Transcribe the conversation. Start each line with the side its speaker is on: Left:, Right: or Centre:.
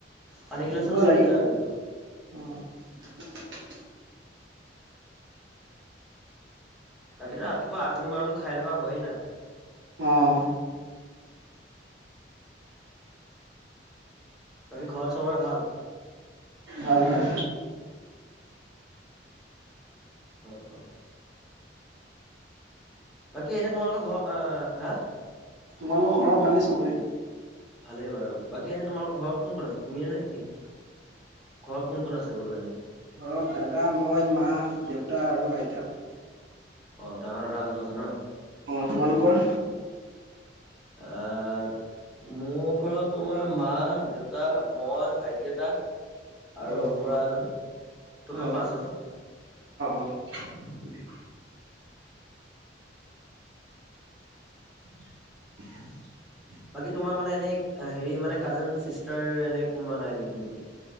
Centre: পানী
Right: <unintelligible>
Centre: গিলাচতে চলি যায় আৰু দিনটো বাকীতো ৰাতিপুৱা আগুম বাগুম খাই থকা হয়ে না।
Right: অ'।
Centre: বাকী ঘৰত চবৰে ভাল।
Right: ভাল ভাল
Centre: অ', অ'। বাকী এনে তোমালোকৰ ঘৰ অ' হা।
Right: তোমালোকৰ ঘৰৰ ভালেই চবৰে।
Centre: ভালেই বাৰু, বাকী এনে তোমালোকৰ ঘৰত কোন কোন আছে তুমি নে কি। ঘৰত কোন কোন আছে বোলো এনেই
Right: ঘৰত দাদা, মই, মা, দেউতা আৰু আইতা।
Centre: অ' ডাঙৰ দাদা এজন আছে ন।
Right: অ' তোমালোকৰ।
Centre: অ মোৰ ঘৰত তোমাৰ মা, দেউতা, মই, ভাইটি এটা। আৰু
Right: অ', অ',
Centre: খুড়া এজন, টটেল
Right: অ',
Centre: পাঁচজন।
Right: <inaudible> <inaudible>
Centre: বাকী তোমাৰ মানে এনেই হেৰি মানে কাজেন চিষ্টাৰ এনে কোনোবা নাই নেকি নেকি।